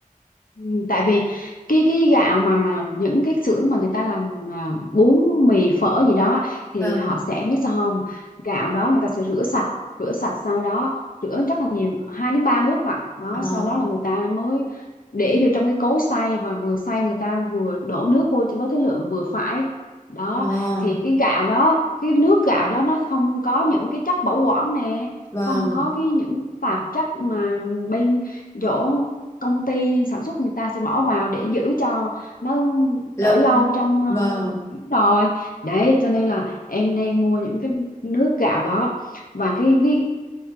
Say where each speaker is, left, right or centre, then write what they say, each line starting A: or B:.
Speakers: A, on the left; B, on the left.
A: Ừ, tại vì cái cái gạo mà những cái xưởng mà người ta làm à, bún mì phở gì đó thì
B: Vâng.
A: họ sẽ biết sao không gạo đó người ta sẽ rửa sạch rửa sạch sau đó rửa rất là nhiều hai đến ba nước lận đó
B: Ờ,
A: sau đó là người ta mới để vô trong cái cối xay và vừa xay người ta vừa đổ nước vô cho với cái lượng vừa phải đó
B: ờ,
A: thì cái gạo đó cái nước gạo đó nó không có những cái chất bảo quản nè
B: vâng.
A: không có cái những tạp chất mà bên chỗ công ty sản xuất người ta sẽ bỏ vào để giữ cho nó
B: Lâu.
A: ở lâu trong ờ,
B: Vâng.
A: rồi đấy cho nên là em nên mua những cái nước gạo đó và cái cái